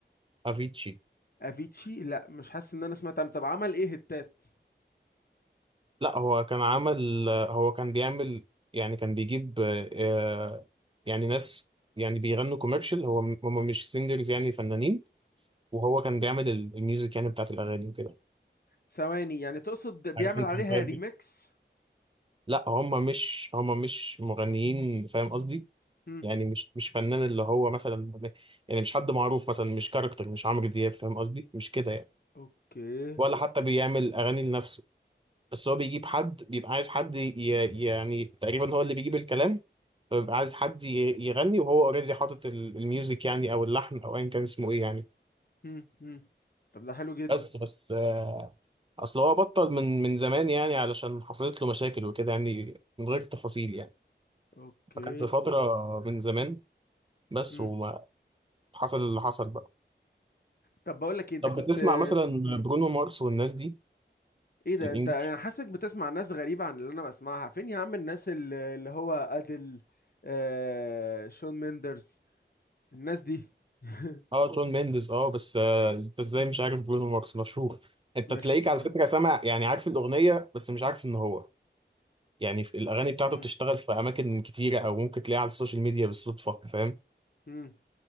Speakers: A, on the right (about 30°); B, on the left (about 55°).
A: افيتشي
B: افيتشي لا مش حاسس ان انا سمعت عنه طب عمل ايه هتات
A: لا هو كان عمل آه، هو كان بيعمل يعني كان بيجيب آه، يعني ناس يعني بيغنوا كوميرشال هو م- هم مش سينجرز يعني فنانين وهو كان بيعمل ال- الميوزك يعني بتاعت الاغاني وكده
B: ثواني يعني تقصد بيعمل
A: عارف انت
B: عليها
A: التايب
B: ريميكس
A: ده لا هم مش هم مش مغنيين فاهم قصدي
B: هم
A: يعني مش مش فنان اللي هو مثلا يعني مش حد معروف مثلا مش كاركتر مش عمرو دياب فاهم قصدي مش كده يعني
B: اوكي
A: ولا حتى بيعمل اغاني لنفسه بس هو بيجيب حد بيبقى عايز حد ي... يعني تقريبا هو اللي بيجيب الكلام فبيبقى عايز حد ي... يغني وهو اوريدي حاطط ال- الميوزك يعني او اللحن او ايا كان اسمه ايه يعني
B: هم هم طب ده حلو جدا
A: بس بس آه، اصل هو بطل من من زمان يعني علشان حصلت له مشاكل وكده يعني من غير تفاصيل يعني
B: اوكي
A: فكان في فترة من زمان بس
B: هم
A: وما حصل اللي حصل بقى
B: طب بقول لك إيه، انت
A: طب
B: كنت
A: بتسمع مثلا
B: هم
A: برونو مارس والناس دي
B: ايه ده
A: في الانجليش
B: انت انا حاسك بتسمع ناس غريبة عن اللي انا بسمعها فين يا عم الناس اللي اللي هو ادل آه شون ميندرز الناس دي <laughs>
A: اه شون مينديز اه بس آه، انت ازاي مش عارف برونو مارس مشهور انت
B: مش
A: تلاقيك على
B: عارف
A: فكره سامع يعني عارف الاغنيه بس مش عارف ان هو يعني في الاغاني بتاعته
B: هم
A: بتشتغل في اماكن كتيره او ممكن تلاقيها على السوشيال ميديا بالصدفه فاهم
B: هم